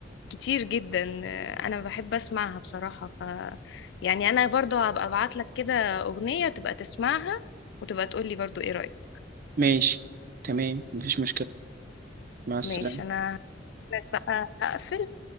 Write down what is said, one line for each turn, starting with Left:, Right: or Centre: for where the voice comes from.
Left: كتير جدا آه، انا بحب اسمعها بصراحة ف يعني انا برضو هبقى ابعت لك كده اغنية تبقى تسمعها وتبقى تقولي برضو ايه رأيك
Right: ماشي تمام مفيش مشكلة مع السلامة
Left: ماشي انا هقولك بقى هقفل